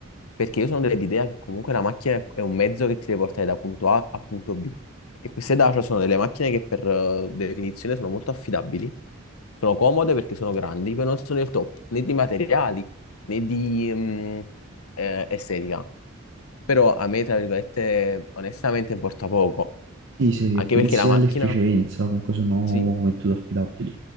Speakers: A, on the left; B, on the right.
A: perché io sono dell'idea che comunque la macchina è è un mezzo che ti deve portare da punto A a punto B. E queste Dacia sono delle macchine che per eh, definizione sono molto affidabili, sono comode perché sono grandi, però non sono il top né di materiali né di mm, eh, estetica. Però a me, tra virgolette, onestamente importa poco.
B: sì, se
A: Anche
B: pensi
A: perché la macchina,
B: all'efficienza, comunque sono
A: sì,
B: metodi affidabili.